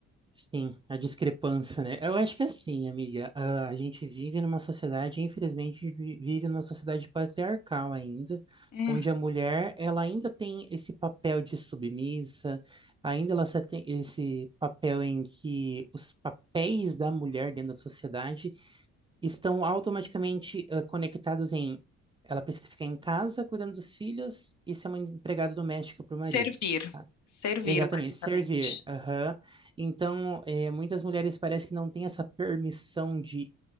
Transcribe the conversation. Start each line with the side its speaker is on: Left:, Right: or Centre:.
Right: Sim, a discrepância, né? Eu acho que é assim, amiga, a a gente vive numa sociedade, infelizmente, vi- vive numa sociedade patriarcal ainda,
Left: Uhum.
Right: onde a mulher, ela ainda tem esse papel de submissa, ainda ela só tem esse papel em que os papéis da mulher dentro da sociedade estão automaticamente ah, conectados em ela precisa ficar em casa cuidando dos filhos e ser uma empregada doméstica para o marido.
Left: Servir, servir
Right: Exatamente,
Left: basicamente.
Right: servir. aham. Então, é, muitas mulheres parece que não têm essa permissão de